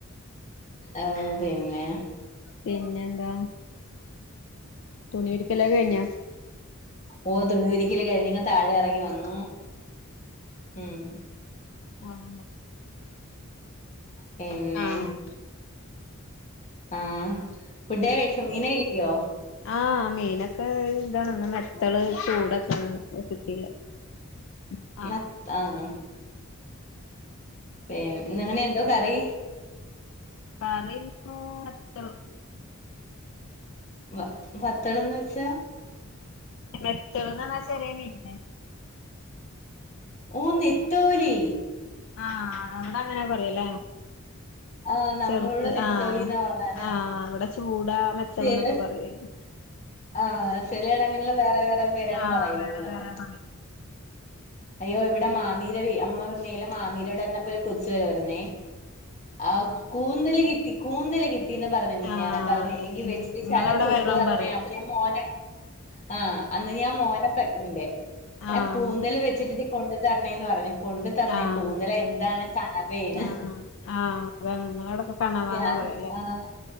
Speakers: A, on the left (about 30°); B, on the left (about 60°).
A: ആഹ് പിന്നെ
B: പിന്നെന്താ തുണിവിരിക്കലെക്കെ കഴിഞ്ഞ?
A: ഓഹ് തുണിവിരിക്കല കഴിഞ്ഞു ഇങ് താഴെ ഇറങ്ങി വന്നു ഉം
B: ആഹ
A: പിന്നെ
B: ആഹ്
A: ആഹ് ഫുഡ് കഴിച്ച മീനെ കിട്ടിയോ?
B: ആഹ് മീനൊക്കെ ഇതാണ് വത്തള് ചൂതക്കെയാണ് കി ട്ടീയില <inaudible>
A: മത് ആഹ് പിന്നെ ഇന്ന് അങ്ങനെ എന്തോ കറി
B: പറയുന്നുത്ര
A: വ വത്തളെന്ന് വെച്ചാ
B: മെത്തള്ന്നാ ആഹ് ചെറിയ മീനിന്
A: ഓഹ് നത്തോലി
B: ആഹ് അവടെ അങ്ങനെ പറയല്ലേ
A: ആഹ് നമ്മളിവിടെ
B: ചെറുത്ത്
A: നെത്തോലിന്നാ
B: ആഹ്
A: പറഞ്ഞാല്
B: ആഹ് അവിടെ ചൂടാ മെത്തള്
A: ചില
B: ന്നൊക്കെ പറയല്
A: ആഹ് ചിലയിടങ്ങളില് വേറെ വേറെ പേരാണ്
B: ആഹ്
A: പറയുന്നത്
B: വേറെ വേറെ പറയാ
A: അയ്യോ ഇവിടെ മാമീടെ നമ്മളെ മാമീരവിടെ വന്നപ്പോ ഒരു കൊച്ചു വരവായിരുന്നേ ആഹ് കൂന്തല് കിട്ടി കൂന്തല് കിട്ടീന്ന് പറഞ്ഞ
B: ആഹ്
A: ഞൻ പറഞ്ഞ
B: അതന്നെ
A: എങ്കി
B: ഉം
A: വെച്ചിട്ട
B: നിങ്ങളവിടെ
A: ശാലം കൊണ്ടുവന്നേ
B: വേറേം പറയാ
A: അപ്പൊ ഞാ മോനെ ആഹ് അന്ന് ഞാൻ മോന പ്രഗ്നന്റെ എന്നെ
B: ആഹ്
A: കൂന്തല് വെച്ചിട്ടി കൊണ്ടു തരണേന്ന് പറഞ്ഞു കൊണ്ടു തരന്നേ
B: ആഹ്
A: കൂന്തൽ എന്താണ് കണവയാണ്
B: ആഹ് ആഹ് അത നിങ്ങളടൊക്കെ കെണറാന്നാ
A: ഞാൻ
B: പറയല്ലേ
A: ആഹ്